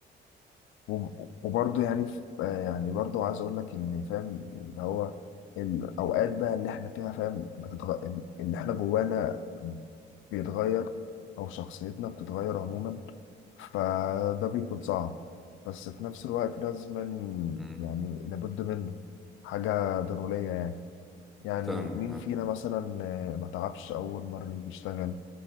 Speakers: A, on the left (about 80°); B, in the centre.
A: وب- وبرضه يعني ف- آه يعني برضه عايز اقول لك ان فاهم اللي هو الاوقات بقى اللي احنا فيها فاهم بتتغ... اللي احنا جوانا بيتغير او شخصيتنا بتتغير عموما فده بيكون صعب بس في نفس الوقت لازم
B: مم.
A: يعني لابد منه حاجة ضرورية يعني يعني
B: فاهمك
A: مين
B: فاهم
A: فينا مثلا آه، ما تعبش أول مرة يجي يشتغل